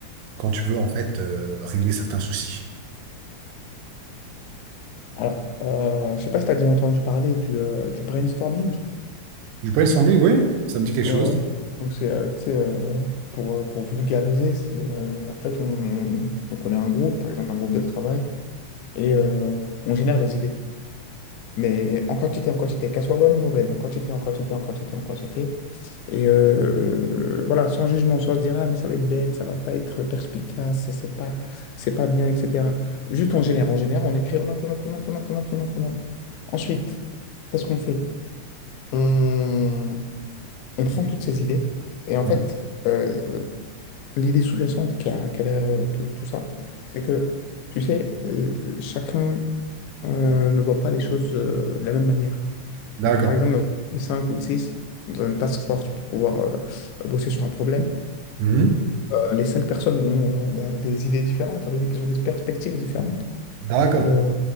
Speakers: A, on the right; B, on the left.
A: quand tu veux, en fait, euh, régler certains soucis?
B: Alors, euh, je sais pas si tu as déjà entendu parler du, euh, du brainstorming.
A: Du brainstorming, oui, ça me dit quelque
B: Ouais,
A: chose.
B: ouais. Donc, c'est, euh, tu sais, euh, pour, euh, pour vulgariser, c'est, euh, en fait, on, donc on a un groupe, par exemple, un groupe de travail, et euh, on génère des idées. Mais en quantité, en quantité, qu'elle soit bonne ou mauvaise, en quantité, en quantité, en quantité, en quantité. Et euh, voilà, sans jugement, sans se dire, ah, mais ça va être bête, ça va pas être perspicace, ça, c'est pas, c'est pas bien, etc. Juste, on génère, on génère, on écrit, on note, on note, on note, on note, on note, on note, on note. Ensuite, qu'est-ce qu'on fait? On, on prend toutes ces idées, et en fait,
A: Ouais.
B: euh, l'idée sous-jacente qui a, qui a derrière euh, tout, tout ça, c'est que, tu sais, euh, chacun euh, ne voit pas les choses euh, de la même manière.
A: D'accord.
B: Donc, par exemple, 5 ou 6 dans une task force pour pouvoir euh, bosser sur un problème.
A: Mhm.
B: Euh, les 5 personnes ont euh, bah, des idées différentes, étant donné qu'ils ont des perspectives différentes,
A: D'accord.
B: et euh,